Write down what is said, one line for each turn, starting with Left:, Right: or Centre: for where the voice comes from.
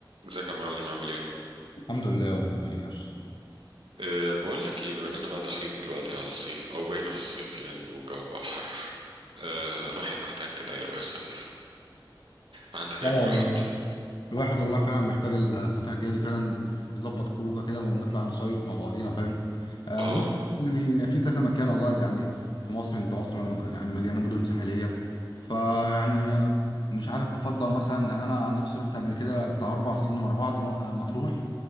Right: ازيك يا معلم عامل ايه؟
Left: الحمد لله والله بخير
Right: أه بقول لك ايه بما اننا بقى داخلين دلوقتي على الصيف او بقينا في الصيف يعني والجو بقى حر أه الواحد محتاج كده يروح يصيف عندك اي
Left: اه
Right: اقتراحات؟
Left: والله الواحد والله فعلا محتاج الفترة الجاية دي فعلا يظبط خروجه كده ونطلع نصيف مع بعضينا فاهم آه
Right: اه
Left: بص يعني في كذا مكان والله يعني في مصر انت مصر مل- يعني مليانة مدن ساحلية فيعني آه، مش عارف بفضل مثلا يعني انا عن نفسي رحت قبل كده بتاع اربع سنين ورا بعض م- آه، مطروح